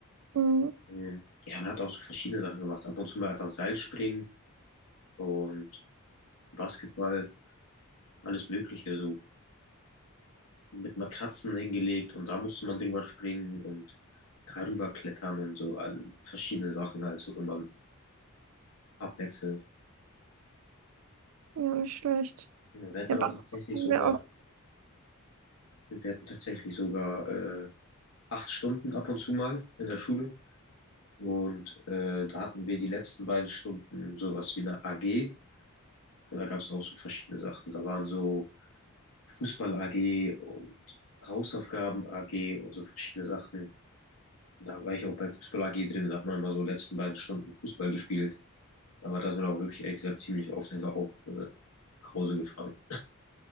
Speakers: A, on the right; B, on the left.
A: Mhm.
B: Ähm, Ja, man hat auch so verschiedene Sachen gemacht. Ab und zu mal einfach Seilspringen und Basketball, alles Mögliche, so mit Matratzen hingelegt und da musste man drüber springen und darüber klettern und so all, verschiedene Sachen halt so immer abwechselnd.
A: Ja, nicht schlecht.
B: Ja, Wir hatten
A: Ja,
B: aber
A: Basketball
B: tatsächlich
A: haben
B: sogar,
A: wir auch.
B: wir hatten tatsächlich sogar äh, acht Stunden ab und zu mal in der Schule. Und äh, da hatten wir die letzten beiden Stunden sowas wie eine AG. Und da gab es auch so verschiedene Sachen. Da waren so Fußball-AG und Hausaufgaben-AG und so verschiedene Sachen. Und da war ich auch bei Fußball-AG drin. Da hat man immer so letzten beiden Stunden Fußball gespielt. Aber da ist man auch wirklich, ehrlich gesagt, ziemlich oft einfach auch äh, nach Hause gefahren.